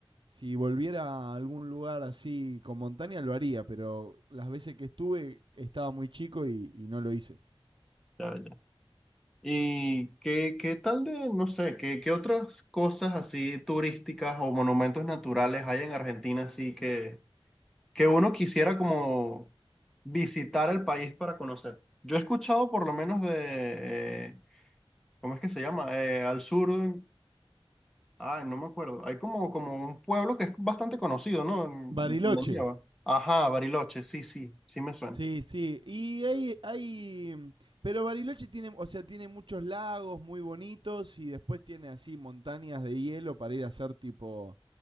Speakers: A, on the right; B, in the centre.
A: si volviera a algún lugar así con montaña lo haría, pero las veces que estuve estaba muy chico y, y no lo hice.
B: ya ya ¿Y qué, qué tal de, no sé, qué, qué otras cosas así turísticas o monumentos naturales hay en Argentina así que, que uno quisiera como visitar el país para conocer? Yo he escuchado por lo menos de, eh, ¿cómo es que se llama? Eh, al sur, de- ay, no me acuerdo. Hay como, como un pueblo que es bastante conocido, ¿no? En-
A: Bariloche.
B: donde lleva. Ajá, Bariloche, sí, sí, sí me suena.
A: Sí, sí. Y hay, hay. mm, Pero Bariloche tiene, o sea, tiene muchos lagos muy bonitos y después tiene así montañas de hielo para ir a hacer tipo.